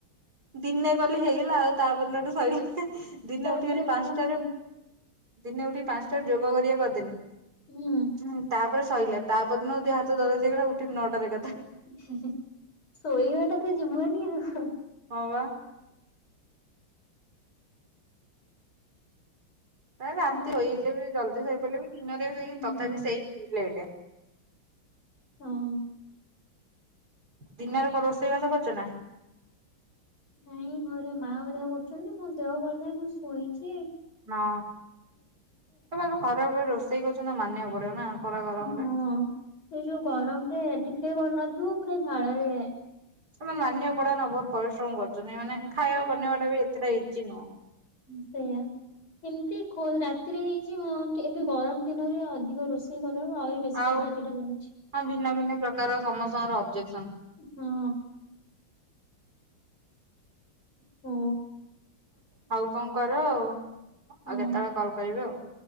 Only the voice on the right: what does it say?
ଦିନେ କଲି ହେଇଗଲା ଆଉ ତାପର ଦିନ ଠୁ ଶୋଇଲି। ଦିନେ
ଉଠିଗଲି ପାଞ୍ଚଟାରେ
ଦିନେ ଉଠି ପାଞ୍ଚଟାରେ ଯୋଗ କରିଆ କରିଦେନି।
ହୁଁ ତାପରେ ସଇଲା ତାପରେ ଦିନ ଦେହ ହାତ ଦରଜ ହେଇଗଲା ଉଠିଲି ନଅଟାରେ ଏକା ଥରେ।
ହଁ ବା। ହେ ରାତି
ହେଇଯାଉ ଜଲ୍ଦି ଶୋଇ ପଡ଼ିଲେ ବି ଦିନରେ ସେଇ
ତଥାପି ସେଇ ଲେଟ୍।
ଦିନରେ କଣ ରୋଷେଇ ବାସ କରିଚ ନା?
ହଁ ତମେ ଯୋଉ ଖରା ବେଳେ ରୋଷେଇ କରୁଛନ୍ତି ମାନିବାକୁ ପଡିବ ନା। ଖରା ଗରମରେ
ସେମାନେ ମାନିବାକୁ ପଡିବ ନା ବହୁତ ପରିଶ୍ରମ କରୁଛନ୍ତି ମାନେ ଖାଇବା ବନେଇବା ଟା ବି ଏତେଟା ଇଜି ନୁହଁ।
ଆଉ
ହଁ ଭିନ୍ନ ଭିନ୍ନ ପ୍ରକାର ସମସ୍ତଙ୍କର ଅବଜେକ୍ସନ।
ହଉ କଣ କର ଆଉ
କେତେବେଳେ କଲ୍ କରିବି ଆଉ।